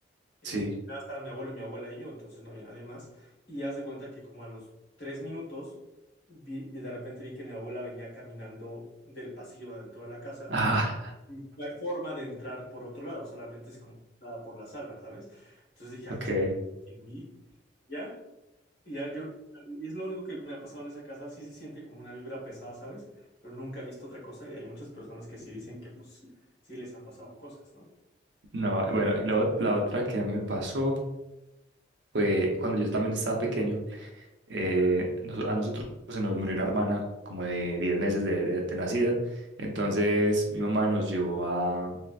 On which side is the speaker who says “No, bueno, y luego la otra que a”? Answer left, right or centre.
Right